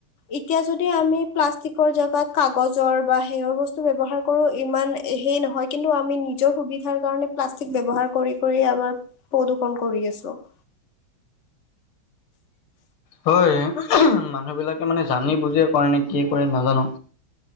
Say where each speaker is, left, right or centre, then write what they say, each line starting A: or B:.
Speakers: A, on the left; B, on the left.
A: ইতিয়া যদি আমি প্লাষ্টিকৰ জাগাত কাগজৰ বা হেয়ৰ বস্তু ব্যৱহাৰ কৰো, ইমান হেই নহয় ক কিন্তু আমি নিজৰ সুবিধাৰ কাৰণে প্লাষ্টিক ব্যৱহাৰ কৰি কৰি আমাৰ প্ৰদূ্ষন কৰি আছো। <inaudible>
B: হয়। <unintelligible> মানুহ বিলাকে মানে জানি বুজিয়ে <inaudible> কি কৰিম নাজানো।